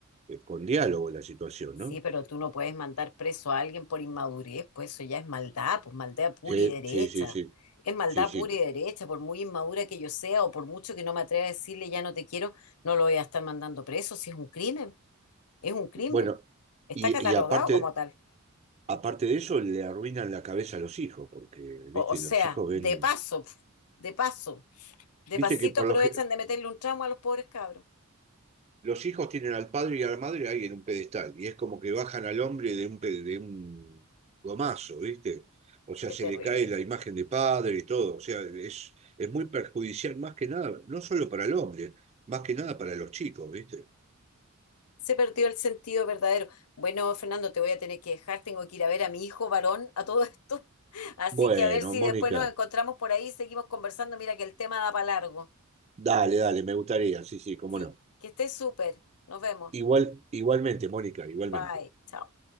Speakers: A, on the right; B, on the left.
A: eh, con diálogo la situación,
B: Sí,
A: ¿no?
B: pero tú no puedes mandar preso a alguien por inmadurez, pues eso ya es maldad, pues maldad pura
A: Sí,
B: y derecha.
A: sí, sí, sí,
B: Es maldad
A: sí, sí.
B: pura y derecha, por muy inmadura que yo sea o por mucho que no me atreva a decirle ya no te quiero, no lo voy a estar mandando preso, si es un crimen, es un crimen,
A: Bueno,
B: está
A: y,
B: catalogado
A: y aparte,
B: como tal.
A: Aparte de eso, le arruinan la cabeza a los hijos, porque,
B: O,
A: viste,
B: o
A: los
B: sea,
A: hijos ven,
B: de paso, pf, de paso, de
A: viste
B: pasito
A: que por
B: aprovechan
A: los,
B: de meterle un tramo a los pobres cabros.
A: los hijos tienen al padre y a la madre ahí en un pedestal, y es como que bajan al hombre de un, pe- de un gomazo, viste. O sea,
B: Qué
A: se
B: terrible.
A: le cae la imagen de padre y todo, o sea, es, es muy perjudicial más que nada, no solo para el hombre, más que nada para los chicos, viste.
B: Se perdió el sentido verdadero. Bueno, Fernando, te voy a tener que dejar. Tengo que ir a ver a mi hijo varón a todo esto. <laughs> Así
A: Bueno,
B: que a ver si
A: Mónica,
B: después nos encontramos por ahí y seguimos conversando. Mira que el tema da para largo.
A: dale, dale, me gustaría, sí, sí, cómo
B: Sí,
A: no.
B: que estés súper. Nos vemos.
A: Igual, igualmente, Mónica, igualmente.
B: Bye. Chao.